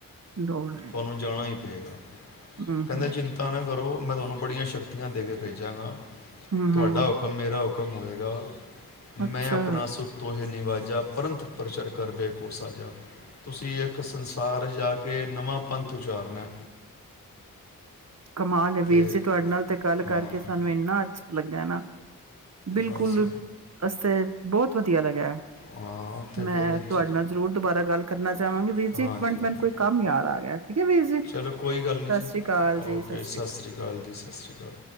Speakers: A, on the right (about 50°); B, on the left (about 50°).
A: ਲੋੜ ਹੈ,
B: ਤੁਹਾਨੂੰ ਜਾਣਾ ਹੀ ਪਏਗਾ
A: ਹੂੰ-ਹੂੰ,
B: ਕਹਿੰਦੇ ਚਿੰਤਾ ਨਾ ਕਰੋ ਮੈਂ ਤੁਹਾਨੂੰ ਬੜੀਆਂ ਸ਼ਕਤੀਆਂ ਦੇ ਕੇ ਭੇਜਾਂਗਾ
A: ਹੂੰ-ਹੂੰ,
B: ਤੁਹਾਡਾ ਹੁਕਮ ਮੇਰਾ ਹੁਕਮ ਹੁਕਮ ਹੋਏਗਾ
A: ਅੱਛਾ
B: ਮੈਂ ਆਪਣਾ ਸੁੱ ਤੋਹੇ ਨਿਵਾਜ ਜਾਂ ਪੰਥ ਪ੍ਰਸ਼ਰ ਕਰਦੇ ਸਾਜ ਤੁਸੀਂ ਇੱਕ ਸੰਸਾਰ ਜਾ ਕੇ ਨਵਾਂ ਪੰਥ ਉਚਾਰਨਾ
A: ਕਮਾਲ ਹੈਹ ਵੀਰ
B: ਤੇ
A: ਜੀ ਤੁਹਾਡੇ ਨਾਲ ਤੇ ਗੱਲ
B: ਹਾਂ
A: ਕਰਕੇ ਸਾਨੂੰ ਇਨਾ ਲੱਗਾ ਨਾ ਬਿਲਕੁਲ
B: ਬਸ
A: ਅਸੀਂਬਹੁਤ ਵਧੀਆ ਲੱਗਿਆ
B: ਹਾਂ ਉੱਥੇ
A: ਮੈਂ
B: ਫਿਰ
A: ਤੁਹਾਡੇ
B: ਜ-
A: ਨਾਲ ਜ਼ਰੂਰ ਦੁਬਾਰਾ ਗੱਲ ਕਰਨਾ ਜਾਵਾਂਗੇ ਵੀਰ
B: ਹਾਂਜੀ
A: ਜੀ ਇੱਕ ਮਿੰਟ
B: ਹਾਂਜੀ
A: ਮੈਨੂੰ ਕੋਈ ਕੰਮ ਯਾਦ ਆ ਗਿਆ ਠੀਕ ਹੈ ਵੀਰ ਜੀ
B: ਚਲੋ ਕੋਈ ਗੱਲ ਨਹੀਂ
A: ਸਤਿ
B: ਜੀ
A: ਸ੍ਰੀ ਅਕਾਲ ਜੀ,
B: ਓਕੇ
A: ਸ੍ਰੀ
B: ਸਤਿ ਸ਼੍ਰੀ ਅਕਾਲ ਜੀ ਸਤਿ ਸ਼੍ਰੀ ਅਕਾਲ